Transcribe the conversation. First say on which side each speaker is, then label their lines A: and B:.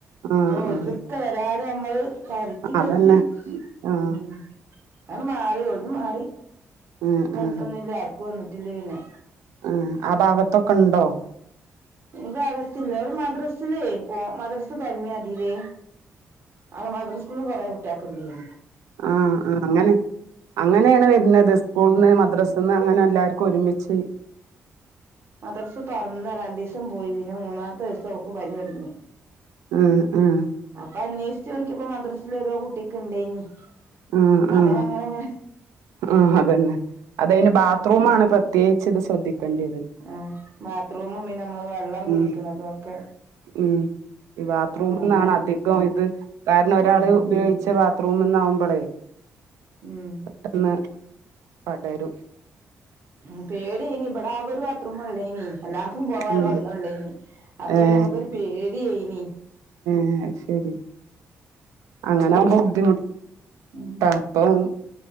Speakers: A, on the right; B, on the right.
A: ആഹ്
B: അപ്പോ ഒൾ
A: ആഹ്
B: ക്കൊക്കെ വരാതെ നമ്മള് കരുതി കരുതി
A: അതന്നെ ആഹ്
B: ഉം അങ്ങട് മാറി ഒഴിഞ്ഞുമാറി.
A: ഉം
B: കൊഴപ്പൊന്നും
A: ഉം
B: ഇല്ല, ആർക്കും വന്നിട്ടില്ല പിന്നെ
A: ഉം ആഹ് ഭാഗത്തൊക്കെ ഉണ്ടോ?.
B: ഈ ഭാകത്തില്ല. അവര് മദ്രാസില് പോ മദ്രാസ് തൊടങ്ങിയതീല് അങ്ങനെ മദ്രസ്ന്ന് കുറേ കുട്ടിയാക്ക് ഇണ്ടെയ്‌നു
A: ആഹ് ആഹ് അങ്ങനെ അങ്ങനെണ് വരുന്നത് സ്കൂളിന്ന്
B: ഉം
A: മദ്രസിൽന്ന് അങ്ങനെ എല്ലാവർക്കും ഒരുമിച്ച്
B: മദർസ് തോർന്ന രണ്ടീസം പോയി, പിന്നെ മൂന്നാമത്തെ ദിസം ഓക്ക് പനി തൊടങ്ങി.
A: ഉം ഉം
B: അപ്പൊ അന്വേഷിച്ച് നോക്കിയപ്പോ മദ്രാസിലോരോ കുട്ടിക്ക് ഇണ്ടേനി
A: ആഹ്
B: അപ്പൊ
A: ആഹ്
B: അങ്ങനെ അങ്ങനെങ്ങനെ
A: ആഹ് അതന്നെ അത് അയ്ന് ബാത്റൂം ആണ് പ്രത്യേകിച്ച് ഇത് ശ്രദ്ധിക്കേണ്ടത്
B: ആഹ് ബാത്റൂമും പിന്നെ നമ്മള് വെള്ളം കുടിക്കണതൊക്കെ?.
A: ഉം ഉം ഈ ബാത്റൂംന്നാണ്
B: നോക്കണം
A: അധികം ഇത് കാരണം ഒരാള്
B: ഉം
A: ഉപയോഗിച്ച ബത്റൂം ബാത്രറൂം ന്നാവുമ്പ ള്
B: ഉം
A: പെട്ടെന്ന് പടരും
B: ഉം പേടിഅയ്നി ഇബടെ ആകെ ഒരു ബാത്ത്റൂം മാത്രമള്ളയ്നി എല്ലാർക്കും പോവാനുള്ള
A: ഉം
B: ഒന്നള്ളേനി അപ്പൊ
A: ഏഹ്
B: പി നമുക്കൊരു പേടിഅയ്നി
A: ആഹ് ശരി അങ്ങന ആവുമ്പോ ബുദ്ധിമുട്ട്.
B: ഉം
A: അപ്പവും